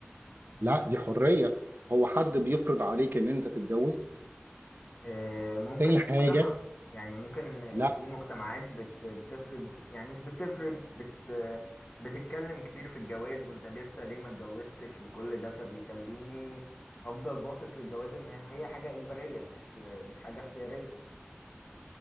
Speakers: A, on the right (about 55°); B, on the left (about 35°).
A: لا دي حرية هو حد بيفرض عليك ان انت تتجوز
B: آه، ممكن
A: تاني
B: المجتمع
A: حاجة
B: يعني ممكن آه،
A: لا
B: في مجتمعات بت بتفرض يعني مش بتفرض بت آه، بتتكلم كتير في الجواز وانت لسه ليه ما اتجوزتش وكل ده فبيخليني افضل باصص للجواز ان هي حاجة اجبارية مش آه، مش حاجة اختيارية